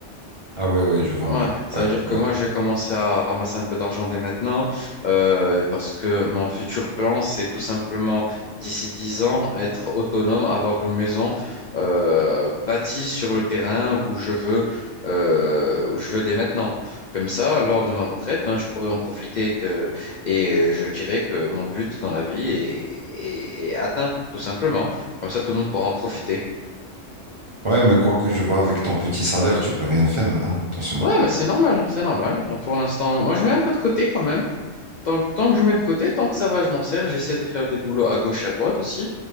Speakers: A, on the right; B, on the left.
A: Ah ouais, ouais, je vois,
B: Ouais,
A: ouais.
B: ça
A: Ouais,
B: veut dire que
A: ouais.
B: moi, je vais commencer à ramasser un peu d'argent dès maintenant, euh, parce que mon futur plan, c'est tout simplement, d'ici 10 ans, être autonome, avoir une maison euh, bâtie sur le terrain où je veux, euh, où je veux dès maintenant. Comme ça, lors de ma retraite, ben, je pourrais en profiter de- et euh, je dirais que mon but dans la vie est, est atteint, tout simplement. Comme ça, tout le monde pourra en profiter.
A: Ouais, mais quoi que je vois, avec ton petit salaire, tu peux rien faire, hein, Attention.
B: Ouais, mais c'est normal, c'est normal. Pour l'instant, moi, je mets un peu de côté quand même. Donc, tant que je mets de côté, tant que ça va, je m'en sers. J'essaie de faire des boulots à gauche et à droite aussi.